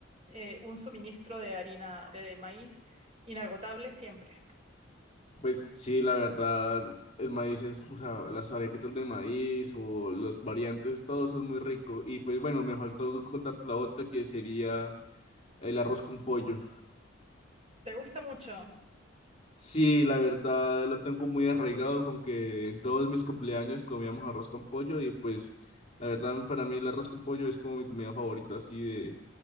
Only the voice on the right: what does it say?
eh, un suministro de harina de maíz inagotable siempre.
¿Te gusta mucho?